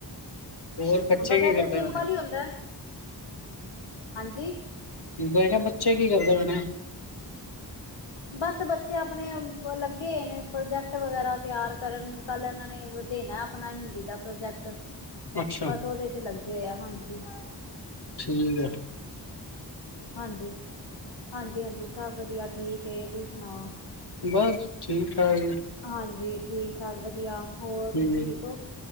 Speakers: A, on the left; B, on the left.
A: ਹੋਰ ਬੱਚੇ
B: ਬਸ
A: ਕੀ
B: ਐਤੇ
A: ਕਰਦੇ
B: ਸਿੰਪਲ
A: ਪਏ
B: ਈ ਹੁੰਦਾ ਹਾਂਜੀ
A: ਬ ਕਿਆ ਬੱਚੇ ਕੀ ਕਰਦੇ ਪੈਨੇ
B: ਬਸ ਬੱਚੇ ਅਪਣੇ ਲੱਗੇ ਨੇ ਪ੍ਰੋਜੈਕਟ ਵਗੈਰਾ ਤਿਆਰ ਕਰਨ ਕੱਲ ਏਨਾਂ ਨੇ ਦੇਣਾ ਆਪਣਾ ਹਿੰਦੀ ਦਾ ਪ੍ਰੋਜੈਕਟ
A: ਅੱਛਾ
B: ਬਸ ਉਦੇ ਇਥੇ ਲੱਗੇ ਹੋਏ ਆ ਹਾਂਜੀ
A: ਠੀਕ ਆ
B: ਹਾਂਜੀ, ਹਾਂਜੀ, ਹਾਂਜੀ ਸਭ ਵਧੀਆ ਠੀਕੇ ਤੁਸੀਂ ਸੁਣਾਉ
A: ਬਸ ਠੀਕ ਠਾਕ ਜੀ
B: ਹਾਂਜੀ ਠੀਕ ਠਾਕ ਵਧੀਆ ਹੋਰ
A: ਹੂੰ
B: ਤੁਸੀਂ ਠੀਕ ਓ